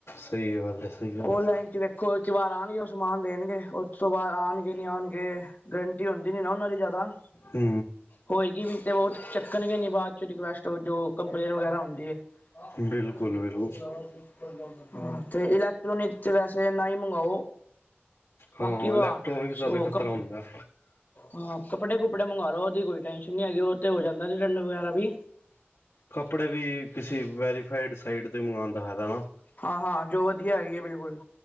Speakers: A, on the left; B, on the left.
A: ਸਹੀ
B: <unintelligible>
A: ਗੱਲ ਹੈ ਸਹੀ ਗੱਲ
B: ਉਹ
A: ਹੈ
B: ਲਾਈਨ ਚ ਵੇਖ। ਖੋ ਇੱਕ ਵਾਰ ਆਉਣਗੇ ਉਹ ਸਮਾਨ ਦੇਣਗੇ ਉਹ ਤੋਂ ਬਾਅਦ ਆਉਣਗੇ ਨਹੀਂ ਆਉਣਗੇ ਗਰੰਟੀ ਹੁੰਦੀ ਨਹੀਂ ਨਾ ਉਹਨਾਂ ਦੀ ਜ਼ਿਆਦਾ।
A: ਹੂ।
B: ਹੋਏਗੀ ਵੀ ਤੇ ਬਹੁਤ ਚੱਕਣਗੇ ਨੀ ਬਾਅਦ ਚ, ਰਿਕੁਐਸਟ ਜੋ ਕੰਪਲੇਨ ਵਗੈਰਾ ਹੁੰਦੀ ਹੈ
A: ਬਿਲਕੁਲ।
B: <unintelligible>
A: ਬਿਲਕੁਲ
B: ਤੇ ਇਲੈਕਟ੍ਰੋਨਿਕ, ਤੇ ਵੈਸੇ ਨਾ ਹੀ ਮੰਗਵਾਓ।
A: ਹਾਂ
B: ਬਾਕੀ ਓ
A: ਇਲੈਕਟ੍ਰੋਨਿਕਸ
B: ਆ,
A: ਦਾ
B: ਸ਼ੋਕੱਪ
A: ਤਾਂ ਖ਼ਤਰਾ ਹੁੰਦਾ
B: ਹਾਂ ਕੱਪੜੇ- ਕੁੱਪੜੇ ਮੰਗਵਾ ਲਓ, ਉਹਦੀ ਕੋਈ ਟੈਨਸ਼ਨ ਨੀ ਹੈਗੀ। ਉਹ ਤੇ ਹੋ ਜਾਂਦਾਐ ਸਡੰਡ ਵਗੈਰਾ ਵੀ।
A: ਕੱਪੜੇ ਵੀ ਕਿਸੀ ਵੈਰੀਫਾਈਡ ਸਾਈਟ ਤੇ ਮੰਗਉਣ ਦਾ ਹੇਗਾ ਨਾ।
B: ਹਾਂ-ਹਾਂ ਜੋ ਵਧੀਆ ਹੈਗੀ ਹੈ ਬਿਲਕੁਲ,